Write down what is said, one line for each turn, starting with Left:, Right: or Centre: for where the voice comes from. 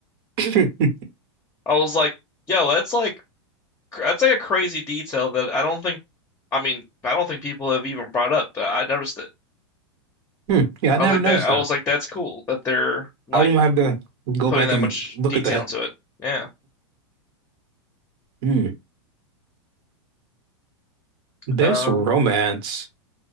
Right: Hmm.
Left: I was like, yo, that's like cr- that's like a crazy detail that I don't think I mean, I don't think people have even brought up, but I noticed it.
Right: Hmm. Yeah, I
Left: I
Right: never
Left: was like
Right: noticed
Left: that I
Right: that.
Left: was like that's cool that they're like
Right: I won't have to go
Left: putting
Right: back
Left: that
Right: and
Left: much
Right: look
Left: detail
Right: at that.
Left: into it. Yeah.
Right: Hmm. Best
Left: Um
Right: romance.